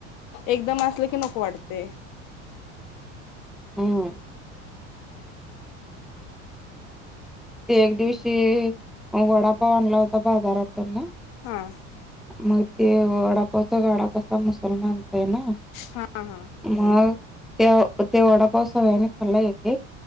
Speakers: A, on the left; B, in the centre.
A: एकदम असलं की नको वाटतंय.
B: हम्म ते एक दिवशी वडापाव आणला होता बाजारातून ना.
A: हां.
B: मग ते वडापावचा गाडा कसा मस्त करून आणतोय ना
A: हा हा
B: मग- त्यो ते वडापाव सगळ्यांनी खाल्ला एक एक